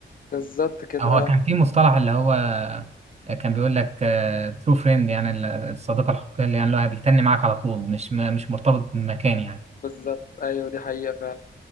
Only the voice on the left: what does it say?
بالظبط كده
أه
بالظبط أيوه دي حقيقة فعلا